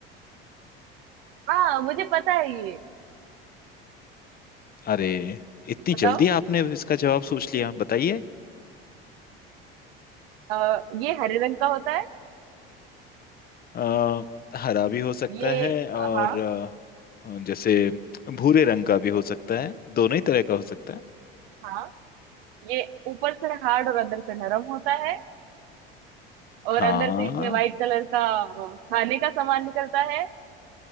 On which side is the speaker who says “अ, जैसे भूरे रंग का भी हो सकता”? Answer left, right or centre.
Left